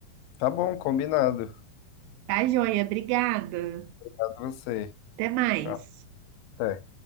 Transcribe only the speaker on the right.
Tá, joia? Obrigada.
Até mais.